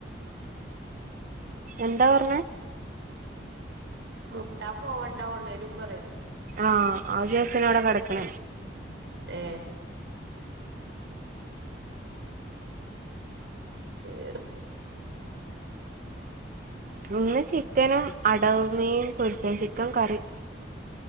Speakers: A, on the right (about 50°); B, on the right (about 75°).
A: എന്താ പറഞ്ഞ
B: മുട്ടാൻ പോവണ്ടാ ണരും പറയാ
A: ആഹ ആദ്യസന് ഇവിടെ കിടക്കണ
B: ഏ ശേട <unintelligible>
A: ഒന്ന് ചിക്കനും അടവമയും കുരിച്ച ക്കൻ കറി